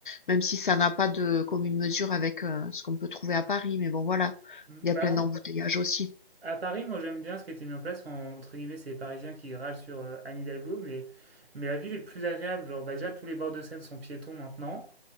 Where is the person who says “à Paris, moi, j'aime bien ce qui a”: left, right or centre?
Right